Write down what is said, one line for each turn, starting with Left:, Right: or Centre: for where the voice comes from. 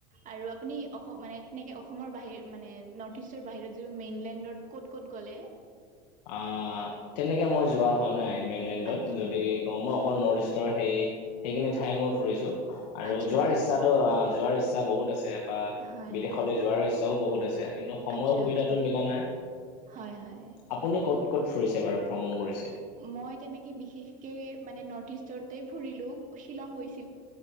Right: আৰু আপুনি অসম মানে তেনেকে অসমৰ বাহিৰ মানে নৰ্থ ইষ্টৰ বাহিৰত যিটো মেইনলেণ্ডত ক'ত- ক'ত গ'লে?
Left: আ, তেনেকে মই যোৱা হোৱা নাই মেইনলেণ্ডত।
Right: আচ্ছা
Left: যদি অ, মই অকল নৰ্থ ইষ্টৰ সেই সেইখিনি ঠাই মই ফুৰিছো। আৰু
Right: আচ্ছা
Left: যোৱাৰ
Right: আচ্ছা
Left: ইচ্ছাতো আ যোৱাৰ ইচ্ছা বহুত আছে বা
Right: হয়
Left: বিদেশলৈ
Right: হয়
Left: যোৱাৰ ইচ চাও বহুত আছে কিন্তু সময়
Right: আচ্ছা,
Left: সুবিধাটো
Right: আচ্ছা
Left: মিলা নাই
Right: হয়, হয়।
Left: আপুনি ক'ত-ক'ত ফুৰিছে বাৰু ভ্ৰমণ কৰিছে?
Right: মই তেনেকে বিশেষকে মানে নৰ্থ ইষ্টতে ফুৰিলো সিলং গৈছ